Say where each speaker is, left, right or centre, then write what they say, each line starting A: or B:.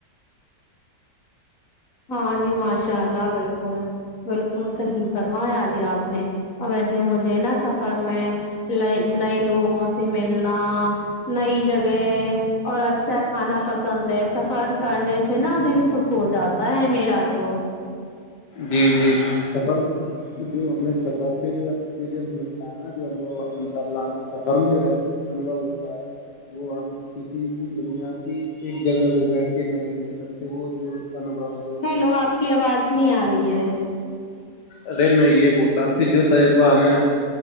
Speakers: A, on the left; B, on the left.
A: ہاں جی ماشاء اللہ بالکل بالکل صحیح فرمایا آجے آپ نے اب ویسے مجھے نا سفر میں نئے لوگوں سے ملنا نئی جگہ اور اچھا کھانا پسند ہے سفر کرنے سے نا دل خوش ہو جاتا ہوتا ہے میرا تو
B: جی جی سر جو ہمیں سفر پھر جوری متا ہے نا جو انو انشاء اللہ ہمیں سفر میں رہ انبو ہوتا ہے وہ ہم کسی بھی بنیا کی ایک جگہ پہ بیٹھ کے نہیں لے سکتے وہ جو انوبھو
A: ہیلو آپ کی آواز نہیں آ رہی ہے
B: ارے میں یہ بول رہا ہوں کہ جو تجربہ ہمیں